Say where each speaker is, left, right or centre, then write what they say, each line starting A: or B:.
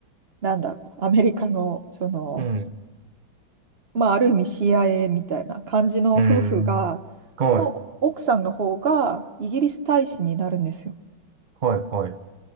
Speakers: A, on the right; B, on the right.
A: なんだろう、アメリカの、その、
B: い。うん。
A: まあ、ある意味 CIA みたいな感じの夫婦が、
B: うん。はい。
A: の奥さんの方がイギリス大使になるんですよ。
B: はい、はい。